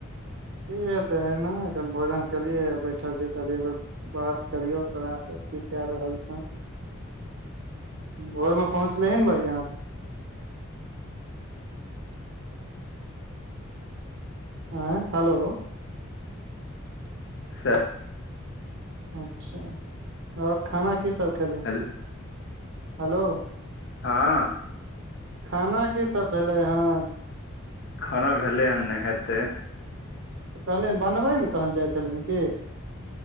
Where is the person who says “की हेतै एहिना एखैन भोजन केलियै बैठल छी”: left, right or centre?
Right